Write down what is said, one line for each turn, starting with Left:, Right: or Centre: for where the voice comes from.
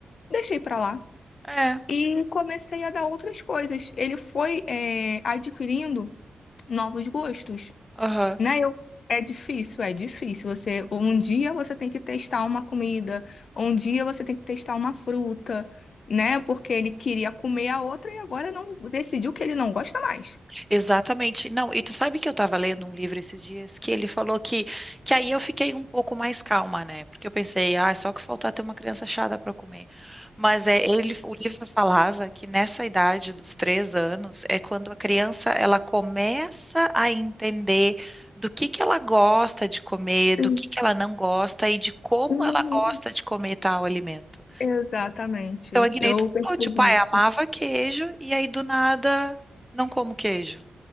Left: Deixei pra lá.
Centre: é,
Left: E comecei a dar outras coisas. Ele foi, é, adquirindo novos gostos,
Centre: aham.
Left: né? Eu, é difícil, é difícil. Você, um dia você tem que testar uma comida, um dia você tem que testar uma fruta, né? Porque ele queria comer a outra e agora não decidiu que ele não gosta mais.
Centre: Exatamente. Não, e tu sabe que eu estava lendo um livro esses dias que ele falou que, que aí eu fiquei um pouco mais calma, né? Porque eu pensei, ah, é só que faltar ter uma criança chata para comer. Mas é, ele, o livro falava que nessa idade dos três anos é quando a criança ela começa a entender do que que ela gosta de comer, do
Left: Sim.
Centre: que que ela não gosta e de como
Left: Uhum.
Centre: ela gosta de comer tal alimento.
Left: Exatamente.
Centre: Então, é que
Left: Eu
Centre: nem tu
Left: percebi
Centre: falou, tipo, ah,
Left: isso.
Centre: eu amava queijo e aí do nada não como queijo.